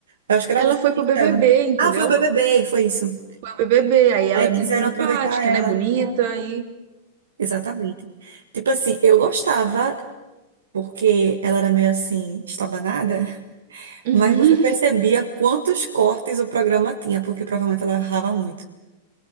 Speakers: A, on the right (about 70°); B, on the right (about 55°).
A: Eu acho que era
B: Ela
A: o objetivo
B: foi pro BBB,
A: dela.
B: entendeu?
A: Ah, foi o BBB, foi isso.
B: BBB, aí ela
A: Aí
B: é
A: quiseram
B: muito simpática,
A: aproveitar ela.
B: né? Bonita e
A: Exatamente. Tipo assim, eu gostava, porque ela era meio assim, estabanada, <laughs>
B: <laughs>
A: mas você percebia quantos cortes o programa tinha, porque provavelmente ela errava muito.